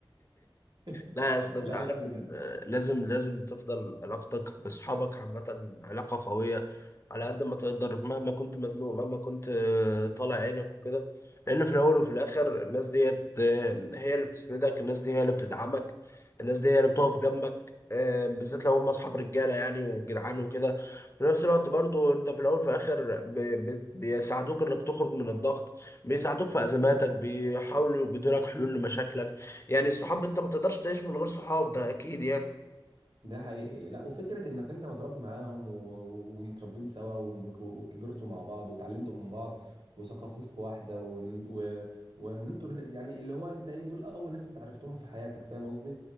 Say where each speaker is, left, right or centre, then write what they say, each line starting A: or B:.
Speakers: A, on the right; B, on the left.
A: <laughs>
B: لا يا اسطى انت
A: لا
B: عارف
A: لا بجد
B: ان لازم لازم تفضل علاقتك باصحابك عامة علاقة قوية على قد ما تقدر مهما كنت مزنوق مهما كنت آه، طالع عينك وكده لان في الاول وفي الاخر الناس ديت آه، هي اللي بتسندك الناس دي هي اللي بتدعمك الناس دي هي اللي بتقف جنبك آه، بالذات لو هم اصحاب رجاله يعني وجدعان وكده في نفس الوقت برضو انت في الاول وفي الاخر ب- ب- بيساعدوك انك تخرج من الضغط بيساعدوك في ازماتك بيحاولوا يوجدوا لك حلول لمشاكلك يعني الصحاب انت ما تقدرش تعيش من غير صحاب ده اكيد يعني
A: ده حقيقي لا وفكره انك انت متربي معاهم و- و- ومتربين سوا وم- وكبرتوا مع بعض وتعلمتوا من بعض وثقافتكم واحده وان و- وان انتوا ال- يعني اللي هو انت ايه دول اول ناس انت عرفتهم في حياتك فاهم قصدي